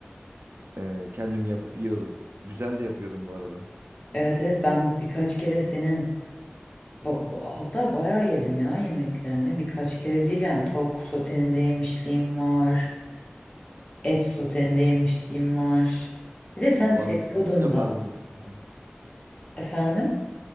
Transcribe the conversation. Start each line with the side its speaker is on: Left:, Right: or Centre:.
Right: E, kendim yapıp yiyordum. Güzel de yapıyordum bu arada.
Left: Evet evet ben birkaç kere senin ba- ba- hatta bayağı yedim ya yemeklerini. Birkaç kere değil yani tavuk soteninde yemişliğim var. Et soteninde yemişliğim var. Bir de sen
Right: Balık
Left: seviyordun
Right: yapardım
Left: da.
Right: ben sana.
Left: Efendim?